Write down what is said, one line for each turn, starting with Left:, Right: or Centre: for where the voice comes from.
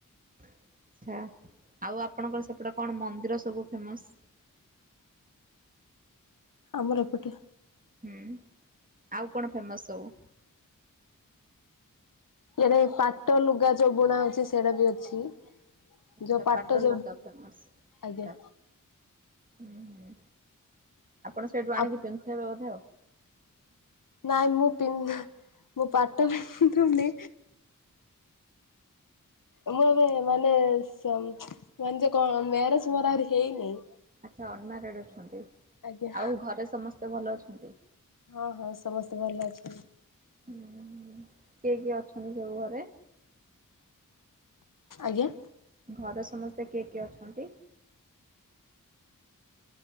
Right: ଆଚ୍ଛା ଆଉ ଆପଣଙ୍କର ସେପଟେ କଣ ମନ୍ଦିର ସବୁ ଫେମସ୍?
Left: ଅମର ଏପଟ?
Right: ହୁଁ ଆଉ କଣ ଫେମସ୍ ସବୁ?
Left: ଇଆରେ ପାଟ ଲୁଗା ଯୋଉ ବୁଣା ହଉଛି ସେଇଟା ବି ଅଛି,
Right: ଆଚ୍ଛା
Left: ଯୋଉ
Right: ପାଟ ଲୁଗା
Left: ଯୋଉ
Right: ଫେମସ୍ ଆଚ୍ଛା,
Left: ଆଜ୍ଞା
Right: ହୁଁ-ହୁଁ ଆପଣ ସେଇଠୁ
Left: ଆ
Right: ଆଣିକି ପିନ୍ଧବେ ଥିବେ ବୋଧେ ଆଉ?
Left: ନାଇଁ ମୁଁ ପିନ୍ଧେ ମୁଁ ପାଟ ପିନ୍ଧୁନି, ଏ ମୋର ଏ ମାନେ ସେଇ ମାନେ ଯୋଉ କଣ ନା ମ୍ୟାରେଜ ମୋର ଆରେ ହେଇନେହି,
Right: ଆଚ୍ଛା ଅନମାରେଡ୍ ଅଛନ୍ତି
Left: ଆଜ୍ଞା
Right: ଆଉ ଘରେ ସମସ୍ତେ ଭଲ ଅଛନ୍ତି,?
Left: ହଁ-ହଁ ସମସ୍ତେ ଭଲ ଅଛନ୍ତି।
Right: ହୁଁ କିଏ-କିଏ ଅଛନ୍ତି ସବୁ ଘରେ?
Left: ଆଜ୍ଞା,
Right: ଘରେ ସମସ୍ତେ କିଏ-କିଏ ଅଛନ୍ତି?